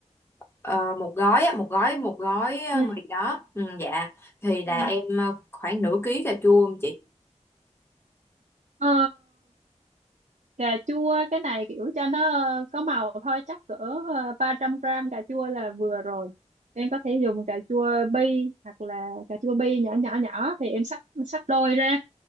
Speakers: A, on the left; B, on the right.
A: ờ, một gói á, một gói một gói ờ,
B: ừ.
A: mì đó ừ, dạ thì là
B: Ừ.
A: em ờ, khoảng nửa ký cà chua không chị
B: Ờ, Cà chua cái này kiểu cho nó ờ, có màu thôi chắc cỡ ờ, 300 gram cà chua là vừa rồi. Em có thể dùng cà chua bi hoặc là cà chua bi nhỏ nhỏ nhỏ thì em cắt cắt đôi ra.